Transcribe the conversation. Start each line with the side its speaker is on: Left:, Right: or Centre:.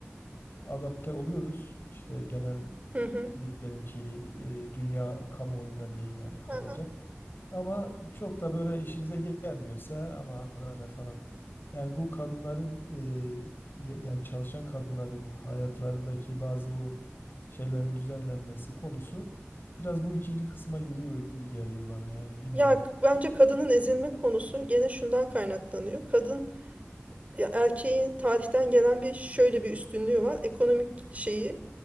Left: adapte oluyoruz. İşte genel
Right: Hı hı.
Left: diyelim ki e, dünya kamuoyuna diyeyim yani kabaca.
Right: Aha.
Left: Ama çok da böyle işimize gelmiyorsa ama ana ne falan. Yani bu kadınların e, ya- yani çalışan kadınların hayatlarındaki bazı o şeylerin düzenlenmesi konusu biraz bu ikinci kısma giriyor gibi geliyor bana. Yani bilmiyorum.
Right: Ya bence kadının ezilme konusu gene şundan kaynaklanıyor. Kadın Ya erkeğin tarihten gelen bir şöyle bir üstünlüğü var. Ekonomik şeyi